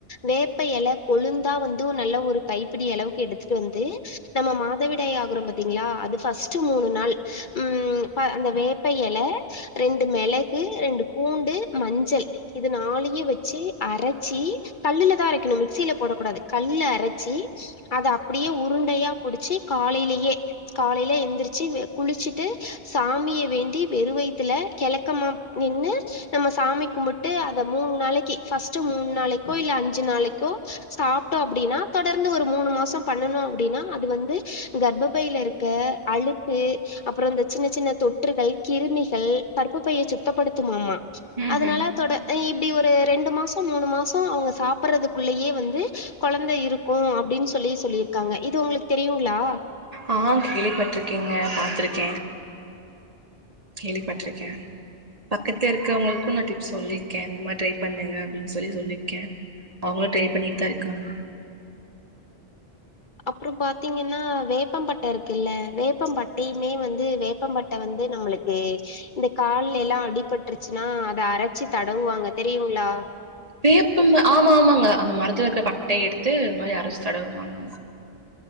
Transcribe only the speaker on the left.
வேப்ப எல கொழுந்தா வந்து நல்ல ஒரு கைப்பிடி அளவுக்கு எடுத்துட்டு வந்து நம்ம மாதவிடாய் ஆகுறோ பாத்தீங்ளா அது பஸ்ட்டு மூனு நாள் உம் ப அந்த வேப் ப்ப எல ரெண்டு மிளகு ரெண்டு பூண்டு மஞ்சள் இதுனாலியே வச்சி அரச்சி கல்லூலதா அரைக்கனு மிக்சில போடக்குடாது கல்ல அரச்சி அத அப்புடியே உரு ண்டையா புடிச்சி காலைலியே காலைல எந்திரிச்சு குளிச்சுட்டு சாமிய வேண் ட்டி வெறு வயித்துல கெழக்கமா நின்னு நம்ம சாமி கும்புட்டு அத மூன் நாளைக்கு பஸ் ஸ்ட்டு மூன் நாளைக்கோ இல்ல அஞ்சு நாளைக்கோ சாப்டோ அப்டினா தொடர்ந்து ஒரு மூனு மாசோ பண்ணனு அப்டின் னா அது வந்து கர்ப்பைல இருக்க அழுக்கு அப்ற இந்த சின்ன சின்னத் தொற்றுகள் கிருமிகள் கற்பப்பைய சுத்தப்படுத்துமாமா
அதுனால தொட இப் அப்டி ஒரு ரெண்டு மாச மூனு மாச அவுங்க சாப்பிர்றதுக்குள்ளயே வந்து கொழந்த இருக்கு அப்டின் சொல்லி சொல்லி சொல்லியிருக்காங்க இது உங்ளுக்கு தெரியுங்ளா
அப்றம் பாத்தீங்கென்னா வேப்பம்பட்ட இருக்குல்ல வேப்பம்பட்டையிமே வந் து வேப்பம் பட்ட வந்து நம்மளுக்கு இந்த கால்லெலா அடிபட் ருச்சுனா அத அரச்சி தடவுவாங்க தெரியுங்களா